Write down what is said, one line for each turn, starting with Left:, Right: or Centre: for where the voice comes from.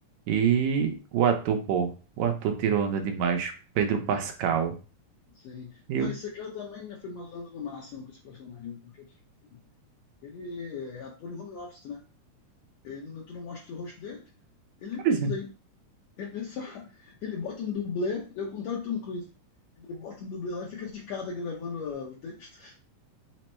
Right: E o ator, pô, o ator tirou onda demais, Pedro Pascal.
Left: Sim.
Right: E
Left: Não,
Right: eu,
Left: esse cara também né, foi malandro no máximo com esse personagem, né? porque, tipo assim, ele é ator em home office, né? Ele, tu não mostra o rosto dele, ele
Right: pois
Left: nem precisa
Right: é,
Left: ir. Ele só. <laughs> Ele bota um dublê, é o contrário do Tom Cruise. Ele bota um dublê lá e fica de casa gravando ah, o texto.